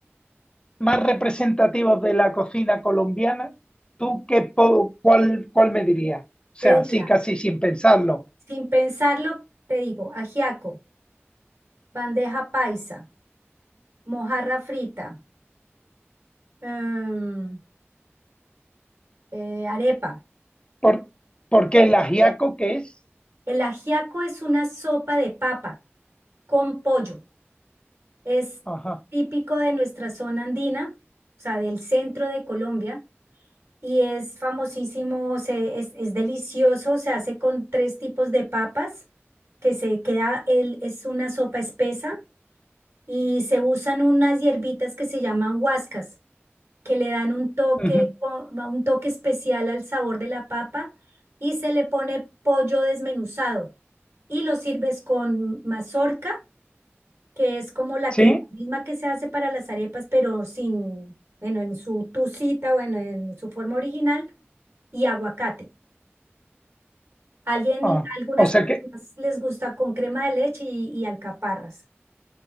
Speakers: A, on the left; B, on the right.
A: más representativos de la cocina colombiana, ¿tú qué, po- cuál, cuál me dirías? O sea,
B: te diría,
A: sí, casi sin pensarlo.
B: sin pensarlo, te digo, ajiaco, bandeja paisa, mojarra frita, em, eh, arepa.
A: Por, porque el ajiaco que es.
B: El ajiaco es una sopa de papa con pollo. Es
A: Ajá.
B: típico de nuestra zona andina, o sea, del centro de Colombia, y es famosísimo, se- es, es delicioso, se hace con tres tipos de papas, que se queda, el, es una sopa espesa y se usan unas hierbitas que se llaman huascas, que le dan un toque,
A: ujú,
B: o- un toque especial al sabor de la papa y se le pone pollo desmenuzado y lo sirves con mazorca, que es como la
A: ¿Sí?
B: que, la misma que se hace para las arepas, pero sin, bueno, en su tucita, bueno, en su forma original y aguacate. Alguien,
A: Ah,
B: algunas
A: O sea
B: personas
A: que
B: les gusta con crema de leche y, y alcaparras.